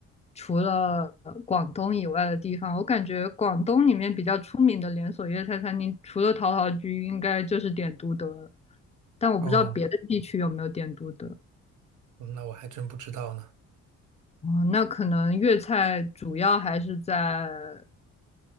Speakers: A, on the left; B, on the right.
A: 除了呃广东以外的地方。我感觉广东里面比较出名的连锁粤菜餐厅，除了陶陶居，应该就是点都德了。但我不知道别的地区有没有点都德。
B: 哦，那我还真不知道呢。
A: 哦，那可能粤菜主要还是在